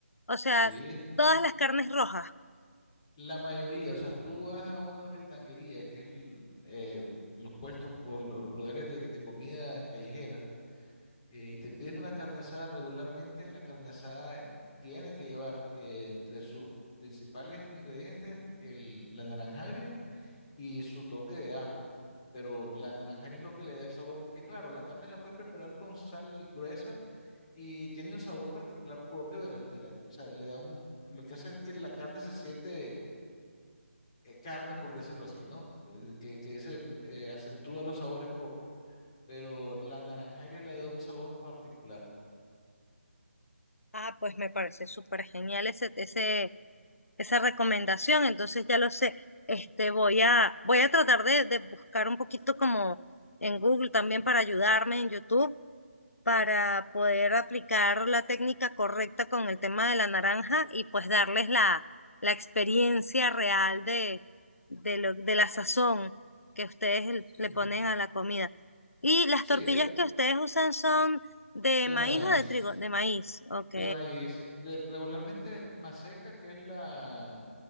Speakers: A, on the left; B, on the left.
A: O sea,
B: Sí,
A: todas las carnes rojas.
B: la mayoría, o sea, tú vas a una fritanguería, que es el, eh, los puestos o los lugares de, de comida callejera, eh, te pides una carne asada regularmente, la carne asada tiene que llevar eh, entre sus principales ingredientes el, la naranja agria y su toque de ajo. Pero la naranja agria es lo que le da el sabor, porque claro, la carne la puedes preparar con sal gruesa y tiene un sabor particular propio de la, de la, o sea, le da un, lo que hace es que la carne se siente eh, carne, por decirlo así, ¿no? Eh, Que, que se eh, acentúa los sabores propios, pero la naranja agria le da un sabor particular.
A: Ah, pues me parece súper genial ese, ese, esa recomendación, entonces ya lo sé. Este, voy a, voy a tratar de, de buscar un poquito como en Google también para ayudarme en YouTube, para poder aplicar la técnica correcta con el tema de la naranja y pues darles la, la experiencia real de, de lo, de la sazón que ustedes l-
B: Sí.
A: le ponen a la comida. Y las
B: Sí,
A: tortillas que ustedes usan son de
B: de
A: maíz
B: maíz,
A: o de trigo, de maíz. Ok,
B: de maíz, de regularmente maseca, que es la,